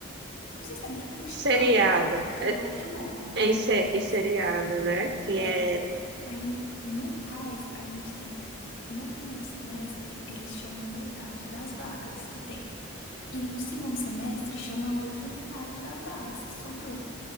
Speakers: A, on the left; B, on the right.
A: Um sistema tipo vestibular,
B: Seriado,
A: só que
B: é,
A: é outro nome,
B: é
A: é
B: em se-
A: o Paz.
B: em seriado,
A: PAS.
B: né? Que
A: É.
B: é,
A: Aí no PAS a gente tem, no primeiro semestre, eles chamam metade das vagas que tem. E no segundo semestre chama a outra metade das vagas que sobrou.